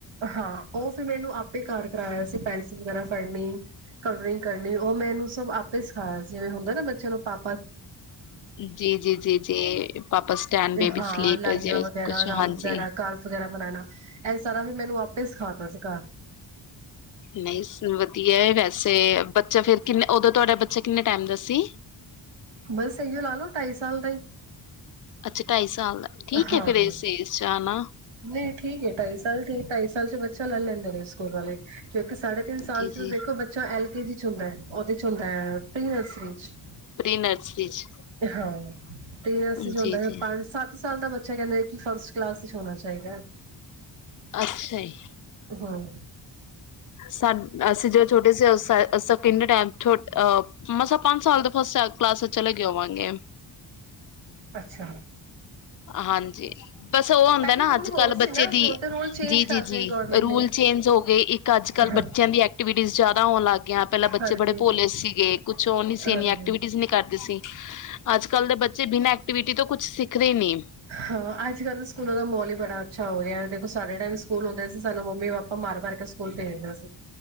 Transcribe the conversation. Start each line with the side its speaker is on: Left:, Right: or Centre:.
Right: ਹਾਂ, ਉਹ ਫਿਰ ਮੈਨੂੰ ਆਪੇ ਕਾਰ ਕਰਾਇਆ ਸੀ। ਪੈਨਸਿਲ ਵਗੈਰਾ ਫੜਨੀ ਕਲਰਿੰਗ ਕਰਨੀ ਉਹ ਮੈਨੂੰ ਸਭ ਆਪੇ ਸਿਖਾਇਆ ਸੀ। ਜਿਵੇਂ ਹੁੰਦਾ ਨਾ ਬੱਚਿਆਂ ਨੂੰ ਪਾ
Left: ਜੀ, ਜੀ ਜੀ ਜੀ ਪਾਪਾ ਸਟੈਂਡ ਬੇਬੀ
Right: ਹਾਂ
Left: ਸਲੀਪ
Right: ਲਾਈਨਾਂ
Left: ਜ
Right: ਵਗੈਰਾ
Left: ਕੁਛ
Right: ਰਾਊਂਡ
Left: ਹਾਂਜੀ
Right: ਵਗੈਰਾ ਕਾਰਵ ਵਗੈਰਾ ਬਣਾਉਣਾ ਇਹ ਸਾਰਾ ਮੈਨੂੰ ਆਪੇ ਸਿਖਾਤਾ ਸੀ ਘਰ।
Left: ਨਹੀਂ ਵਧੀਆ ਵੈਸੇ ਬੱਚਾ ਫਿਰ ਕਿੰਨੇ ਉਦੋਂ ਤੁਹਾਡਾ ਬੱਚਾ ਕਿੰਨੇ ਟਾਈਮ ਦਾ ਸੀ।
Right: ਬਸ ਇਹੀਓ ਲਾ ਲੋ ਢਾਈ ਸਾਲ ਦਾ ਹੀ।
Left: ਅੱਛਾ ਢਾਈ ਸਾਲ ਦਾ ਠੀਕ
Right: ਹਾਂ,
Left: ਹੈ ਫਿਰ ਇਸ ਏਜ ਚ ਆਨਾ
Right: ਨਹੀਂ ਠੀਕ ਏ ਢਾਈ ਸਾਲ ਠੀਕ ਢਾਈ ਸਾਲ ਚ ਬੱਚ ਚਲੋ ਲੇਲੈਂਦੇ ਨੇ ਸਕੂਲ ਵਾਲੇ। ਦੇਖੋ ਸਾਢੇ ਤਿੰਨ ਸਾਲ
Left: ਜੀ
Right: ਚ
Left: ਜੀ
Right: ਦੇਖੋ ਬੱਚਾ ਐਲ ਕੇਜੀ ਚ ਹੁੰਦਾ ਹੈ, ਉਹਦੇ ਚ ਹੁੰਦਾ ਹੈ ਪ੍ਰੀ ਨਰਸਰੀ ਚ।
Left: ਪ੍ਰੀਨਰਸਰੀ ਚ।
Right: ਹਾਂ। ਪ੍ਰੀਨਰਸਰੀ ਚ
Left: ਜੀ
Right: ਹੁੰਦਾ ਹੈ
Left: ਜੀ
Right: ਪੰਜ ਸੱਤ ਸਾਲ ਦਾ ਬੱਚਾ ਕਹਿੰਦਾ ਕਿ ਫਸਟ ਕਲਾਸ ਚ ਹੋਣਾ ਚਾਹੀਦਾ ਹੈ।
Left: ਅੱਛਾ ਜੀ,
Right: ਹਮ
Left: ਸਾਨੂੰ ਅਸੀਂ ਜਦ ਛੋਟੇ ਸੇ ਅਸੈ ਅਸੈ ਕਿਨੇ ਟੈਮ ਛੋਟ ਅ ਮਸਾ ਪੰਜ ਸਾਲ ਦੇ ਫਸਟ ਸੈ ਕਲਾਸ ਚ ਚਲੇ ਗੇ ਹੋਵਾਂਗੇ।
Right: ਅੱਛਾ।
Left: ਹਾਂਜੀ, ਬਸ ਔਹ ਹੁੰਦੈ
Right: ਪਹਿਲੇ
Left: ਨਾ
Right: ਰੂਲ
Left: ਅੱਜ
Right: ਹੋਰ
Left: ਕੱਲ ਬੱਚੇ
Right: ਸੀ ਨਾ
Left: ਦੀ
Right: ਹੁਣ ਤਾਂ ਰੂਲ ਚੇਂਜ
Left: ਜੀ ਜੀ
Right: ਕਰਤੇ
Left: ਜੀ
Right: ਨੇ ਗੌਰਮੈਂਟ
Left: ਰੂਲ
Right: ਨੇ
Left: ਚੇਂਜ ਹੋ ਗੇ ਇੱਕ ਅੱਜ ਕੱਲ
Right: ਹਾਂ
Left: ਬੱਚਿਆਂ ਦੀ ਐਕ ਐਕਟੀਵਿਟੀ ਜੈਦਾ ਹੋਣ ਲੱਗ ਗਿਆ ਪੈਲਾ ਬੱਚੇ
Right: ਹਾਂਜੀ
Left: ਬੜੇ ਭੋਲੇ ਸੀਗੇ ਕੁਛ ਔ ਨੀ ਸੀ ਇੰਨੀ
Right: ਹਾਂਜੀ
Left: ਐਕਟੀਵਿਟੀਜ਼ ਨੀ ਕਰਦੇ ਸੀ। ਅੱਜ ਕੱਲ੍ਹ ਦੇ ਬੱਚੇ ਬਿਨਾਂ ਐਕਟੀਵਿਟੀ ਤੋਂ ਕੁੱਛ ਸਿੱਖਦੇ ਦੇਣੀ ਆ।
Right: ਹਾਂ, ਅੱਜ ਕੱਲ੍ਹ ਤੇ ਸਕੂਲਾਂ ਦਾ ਮਾਹੌਲ ਈ ਬੜਾ ਅੱਛਾ ਹੋ ਗਿਐ ਦੇਖੋ ਸਾਡੇ ਟੈਮ ਸਕੂਲ ਹੁੰਦੇ ਸੀ ਸਾਨੂੰ ਮੰਮੀ ਪਾਪਾ ਮਾਰ ਮਾਰ ਕੇ ਸਕੂਲ ਭੇਜਦੇ ਸੀ।